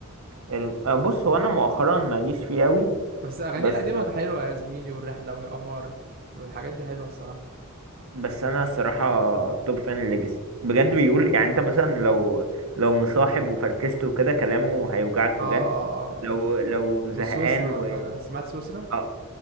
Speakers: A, on the right; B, on the right.
A: ال- آه، بص هو انا مؤخرا ماليش فيه قوي
B: بس أغانيه
A: بس
B: القديمة حلوة يا زميلي والرحلة ويا قمر والحاجات دي حلوة الصراحة
A: بس انا الصراحه توب فان ليجاسي بجد
B: ليجاسي
A: بيقول
B: اه
A: يعني انت مثلا لو لو مصاحب وفركشته وكده كلامه هيوجعك بجد
B: اه اه آه.
A: لو لو زهقان
B: وسويسرا
A: و
B: ف- سمعت سويسرا
A: اه